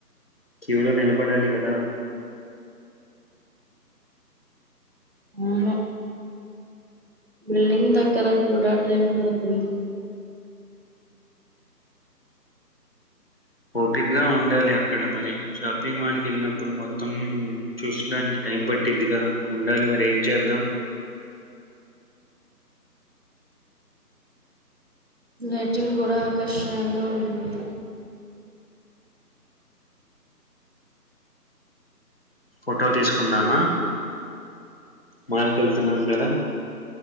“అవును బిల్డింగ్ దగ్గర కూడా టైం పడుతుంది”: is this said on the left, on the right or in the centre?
Right